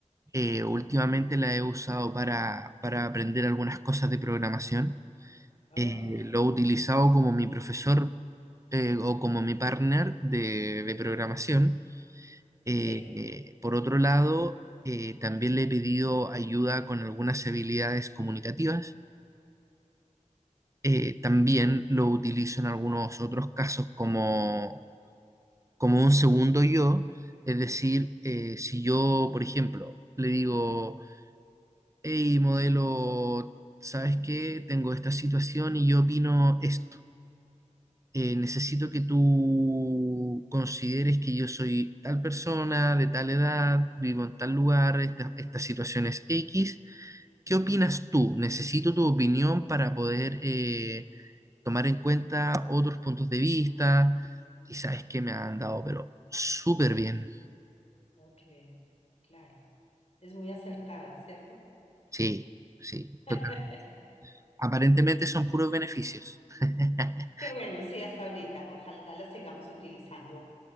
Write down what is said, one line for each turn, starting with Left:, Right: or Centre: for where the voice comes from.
Right: eh, últimamente la he usado para, para aprender algunas cosas de programación.
Left: Oh,
Right: Eh,
Left: qué bien.
Right: lo he utilizado como mi profesor eh, o como mi partner de, de programación. Eh,
Left: Sí,
Right: eh, por otro lado, eh, también le he pedido ayuda con algunas habilidades comunicativas. Eh, también lo utilizo en algunos otros casos como, como un segundo yo. Es decir, eh, si yo, por ejemplo, le digo, hey, modelo, ¿sabes qué? Tengo esta situación y yo opino esto eh, necesito que tú consideres que yo soy tal persona, de tal edad, vivo en tal lugar, esta, esta situación es X. ¿Qué opinas tú? Necesito tu opinión para poder eh, tomar en cuenta otros puntos de vista. Y sabes que me han dado, pero súper bien.
Left: oh, qué bien. Claro. Es muy acertada, ¿cierto?
Right: Sí, sí, total.
Left: <laughs>
Right: Aparentemente son puros beneficios. <laughs>
Left: Qué bueno, sí, hasta ahorita. Ojalá la sigamos utilizando